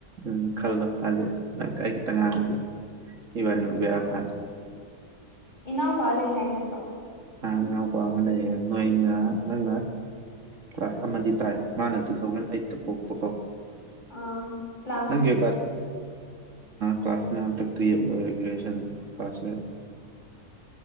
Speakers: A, on the right (about 55°); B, on the left (about 30°).
A: ꯎꯝ ꯈꯜꯂꯣ ꯍꯥꯏꯗꯤ ꯑꯩ ꯈꯤꯇꯪ ꯉꯥꯡꯕꯗꯤ ꯏꯕꯥꯅꯤꯃꯛ ꯚꯦꯔꯥ ꯀꯥꯅꯤ
B: ꯏꯅꯥꯎꯄꯥꯥ ꯂꯩꯩ ꯍꯥꯏ ꯅꯠꯇ꯭ꯔꯣ
A: ꯑꯥ ꯏꯅꯥꯎꯄꯥ ꯑꯃ ꯂꯩꯌꯦ ꯅꯪꯅ ꯅꯪꯅ ꯀ꯭ꯂꯥꯁ ꯑꯃꯗꯤ ꯇꯥꯏ ꯃꯥꯅ ꯇꯨ ꯊꯥꯎꯖꯟ ꯑꯩꯠꯇ ꯄꯣꯛꯄꯀꯣ
B: ꯑꯥ ꯀ꯭ꯂꯥꯁꯇꯤ
A: ꯅꯪ ꯗꯤ ꯀ꯭ꯂꯥꯁ ꯅ ꯍꯟꯗꯛ ꯇꯦꯟ ꯂꯣꯏꯔꯦ ꯒ꯭ꯔꯦꯖꯨꯌꯦꯁꯟ ꯐꯔꯁꯇ ꯌꯤꯔ